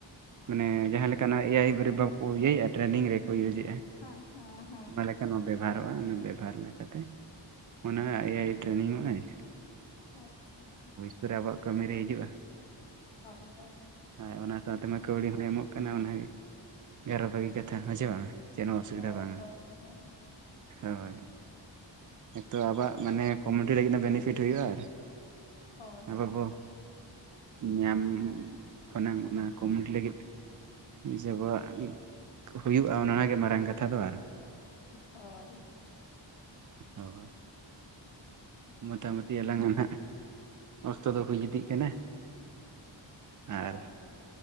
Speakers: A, on the right; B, on the left.
A: ᱢᱟᱱᱮ ᱡᱟᱦᱟᱸ ᱞᱮᱠᱟᱱᱟᱜ ᱮᱭᱟᱭ ᱨᱮ ᱵᱟᱠᱚ ᱤᱭᱟᱹᱭᱮᱫᱼᱟ ᱴᱨᱮᱱᱤᱝ ᱨᱮᱠᱚ ᱤᱭᱩᱡᱮᱜᱼᱟ ᱾
B: ᱚ ᱦᱚᱸ ᱦᱚᱸ᱾
A: ᱞᱮᱠᱟᱱᱟᱜ ᱵᱮᱵᱷᱟᱨᱚᱜᱼᱟ, ᱚᱱᱟ ᱵᱮᱵᱚᱦᱟᱨ ᱞᱮᱠᱟᱛᱮ ᱚᱱᱟ ᱮᱭᱟᱭ ᱴᱨᱮᱱᱤᱝ ᱚᱜᱼᱟᱭ᱾
B: ᱟᱪᱪᱷᱟ ᱟᱪᱪᱷᱟ᱾
A: ᱯᱚᱨᱮ ᱟᱵᱚᱣᱟᱜ ᱠᱟᱹᱢᱤ ᱨᱮ ᱦᱤᱡᱩᱜᱼᱟ᱾
B: ᱦᱚᱭ ᱦᱚᱭ᱾
A: ᱦᱮᱸ ᱚᱱᱟ ᱥᱟᱶᱛᱮ ᱢᱟ ᱠᱟᱹᱣᱰᱤ ᱦᱚᱸᱭ ᱮᱢᱚᱜ ᱠᱟᱱᱟ ᱚᱱᱟᱜᱮ, ᱟᱨᱚ ᱵᱷᱟᱹᱜᱤ ᱠᱟᱛᱷᱟ ᱦᱮᱸ ᱪᱮ ᱵᱟᱝᱟ ᱪᱮᱫ ᱦᱚ ᱚᱥᱩᱵᱤᱫᱷᱟ
B: ᱦᱳᱭ
A: ᱵᱟᱝᱟ,
B: ᱦᱳᱭ ᱦᱳᱭ
A: ᱦᱳᱭ᱾ ᱮᱠᱛᱳ ᱟᱵᱚᱣᱟᱜ ᱢᱟᱱᱮ ᱠᱚᱢᱤᱭᱩᱱᱤᱴᱤ ᱞᱟᱹᱜᱤᱫ ᱵᱮᱱᱮᱯᱷᱤᱴ ᱦᱩᱭᱩᱜᱼᱟ᱾
B: ᱦᱳᱭ
A: ᱟᱵᱚ
B: ᱦᱳᱭ
A: ᱵᱚ ᱧᱟᱢ ᱠᱷᱚᱱᱟᱝ ᱚᱱᱟ ᱠᱚᱢᱤᱭᱩᱱᱤᱴᱤ ᱞᱟᱹᱜᱤᱫ ᱡᱮ ᱟᱵᱚᱣᱟᱜ ᱦᱩᱭᱩᱜᱼᱟ, ᱚᱱᱟᱜᱮ ᱢᱟᱨᱟᱝ ᱠᱟᱛᱷᱟ ᱫᱚ ᱟᱨ
B: ᱦᱚᱭ᱾
A: ᱦᱚ ᱾ ᱢᱚᱛᱟᱢᱩᱴᱤ ᱟᱞᱟᱝᱼᱟᱜ ᱦᱟᱸᱜ ᱚᱠᱛᱚ ᱫᱚ ᱦᱩᱭ ᱤᱫᱤᱜ ᱠᱟᱱᱟ᱾
B: ᱦᱳᱭ
A: ᱟᱨ